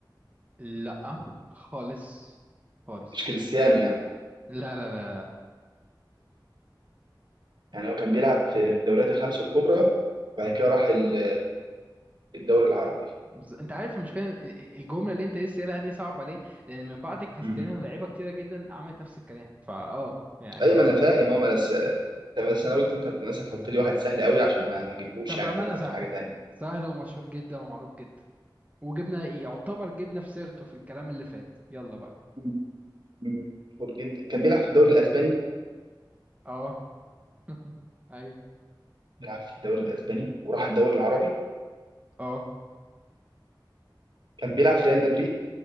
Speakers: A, on the right; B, on the right.
A: لا خالص خالص
B: مش كريستيانو يعني
A: لا لا لا
B: يعني هو كان بيلعب في الدوريات الخمس الكبرى وبعد كده راح ال- الدوري العربي
A: بز- انت عارف المشكلة ال- الجملة اللي انت لسه قايلها دي صعبة ليه؟ لان من بعد كريستيانو
B: مم.
A: لعيبة كتيرة جدا عملت نفس الكلام فا اه يعني
B: ايوه
A: للأسف
B: ما انا فاهم اه ما انا بس بس انا قلت انت مثلا تحط لي واحد سهل قوي عشان ما ما اجيبهوش
A: طب
B: يعني
A: بأمانة
B: افكر
A: سهل
B: في حاجه تانية
A: سهل ومشهور جدا ومعروف جدا وجبنا يعتبر جبنا في سيرته في الكلام اللي فات يلا بقى
B: مم. مم. مشهور جدا كان بيلعب في الدوري الاسباني
A: اه <laughs> ايوه
B: بيلعب في الدوري الاسباني وراح الدوري العربي
A: اه
B: كان بيلعب في ريال مدريد